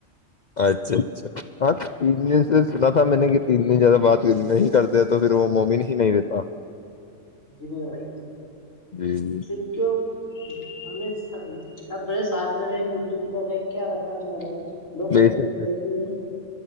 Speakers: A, on the left; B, on the left.
A: اچھا اچھا ہاں تین د سے س <inaudible> میں نے اتنی زیادہ بات نہیں کرتے تو پھر وہ مومن ہی نہیں دیتا
B: جی بھائی <inaudible>
A: جی جی
B: س کیوں ہمیں سب رہے ساتھ میں رہے مل جل <inaudible> کیا رکھا ہے ما بھائی دو کل
A: بے
B: کی
A: شک
B: زندگی ہے <inaudible>